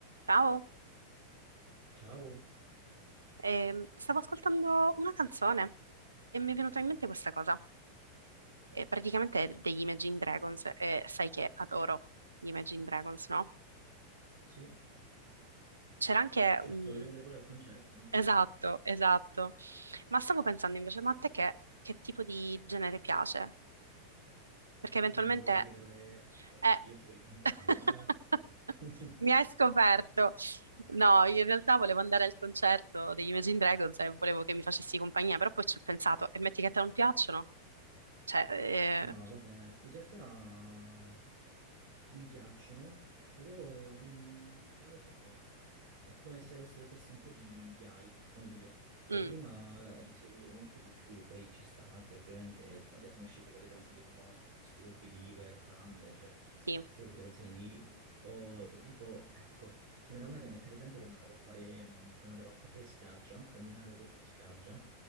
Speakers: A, on the right; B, on the right.
A: Ciao,
B: Ciao,
A: ehm, stavo ascoltando una canzone e mi è venuta in mente questa cosa. Eh, praticamente è degli Imagine Dragons, e sai che adoro gli Imagine Dragons, no?
B: sì,
A: C'era anche
B: certo,
A: un...
B: volevi andare pure al concerto, no?
A: Esatto, esatto. Ma stavo pensando invece, ma a te che, che tipo di genere piace? Perché eventualmente...
B: Eh, mi volevi regalare qualche
A: Eh...
B: biglietto per il compleanno,
A: <laughs>
B: eh?
A: Mi hai
B: <laughs>
A: scoperto. No, in realtà volevo andare al concerto degli Imagine Dragons e volevo che mi facessi compagnia, però poi ci ho pensato, e metti che a te non piacciono? Cioè, eh,
B: No, vabbè, in realtà mi piacciono, però non, non lo so. È come se avessero perso un po' di, di hype, come dire. Cioè,
A: mm,
B: prima li seguivo molto di più, poi ci sta che ovviamente quando erano uscite quelle canzoni famose, tipo Believer, Thunder,
A: sì,
B: tutte quelle canzoni lì, o tipo, ecco, ce n'era una che mettevo sempre quando andavo a fare, mh, quando andavo a correre in spiaggia, a camminare a correre in spiaggia,